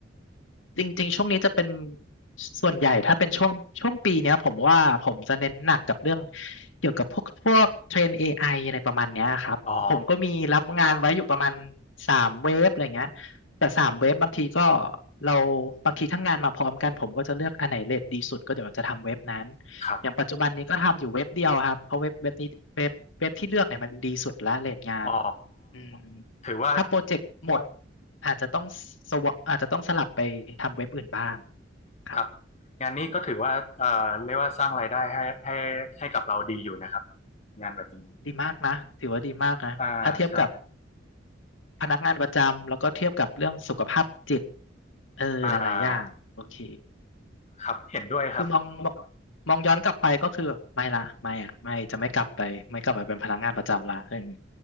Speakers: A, on the left; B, on the left.
A: จริงๆ ช่วงนี้จะเป็นส่วนใหญ่ถ้าเป็นช่วงช่วงปีเนี้ยผมว่าผมจะเน้นหนักกับเรื่องเกี่ยวกับพวกพวกเทรน AI อไออะไรประมาณเนี้ยครับผมก็มีรับงานไว้อยู่ประมาณ
B: อ๋อ
A: สามเว็บอะไรเงี้ยแต่สามเว็บบางทีก็เราบางทีทั้งงานมาพร้อมกันผมก็จะเลือกอันไหนเรทดีสุดก็เดี๋ยวจะทำเว็บนั้น
B: ครับ
A: อย่างปัจจุบันนี้ก็ทำอยู่เว็บเดียวครับเพราะเว็บเว็บนี้เว็บเว็บที่เลือกเนี่ยมันดีสุดละเรทงาน
B: อ๋อ
A: อืม
B: ถือว่า
A: ถ้าโปรเจกต์หมด อาจจะต้องสวอาจจะต้องสลับไปทำเว็บอื่นบ้างครับ
B: ครับงานนี้ก็ถือว่าเอ่อเรียกว่าสร้างรายได้ให้ให้ให้กับเราดีอยู่นะครับงานแบบนี้
A: ดีมากนะถือว่าดีมากนะถ้าเทียบกับ
B: อ่าใช่
A: พนักงานประจำแล้วก็เทียบกับเรื่องสุขภาพจิตเออหลายๆอย่างโอเค
B: อ่าครับเห็นด้วยครับ
A: คือมองมองมองย้อนกลับไปก็คือแบบไม่ละไม่อะไม่จะไม่กลับไปไม่กลับไปเป็นพนักงานประจำละเออ